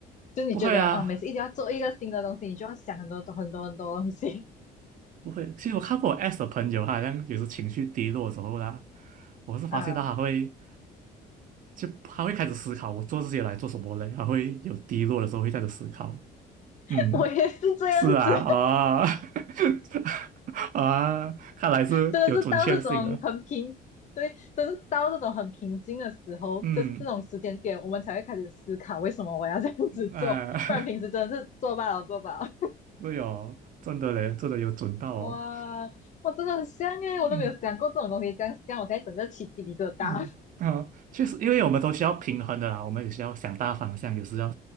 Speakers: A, on the left; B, on the right.
A: 就是你觉得哦，
B: 不会啊。
A: 每次一定要做一个新的东西，你就要想很多很多很多东西
B: 不会，其实我看过我 S 的朋友，他好像有时情绪低落的时候呢，我是发现到他会
A: 啊。
B: 就他会开始思考，我做这些来做什么嘞？他会有低落的时候会开始思考。
A: <laughs>
B: 嗯，
A: 我也是这样子，
B: 是啊，啊 <laughs> 啊，看来是有准确性的。
A: 真的是到这种很平，对，真是到这种很平静的时候，
B: 嗯，
A: 这这种时间点，我们才会开始思考为什么我要这样子做，
B: 啊哎、
A: 不然平时真的是做罢了做罢了。
B: <laughs> 对哦，真的嘞，真的有准到哦。
A: <laughs> 哇，我真的很香耶！
B: 嗯。
A: 我都没有想过这种东西，这样这样我才整个起鸡皮疙瘩。
B: 嗯，啊，确实，因为我们都需要平衡的啦，我们也需要想大方向，有时要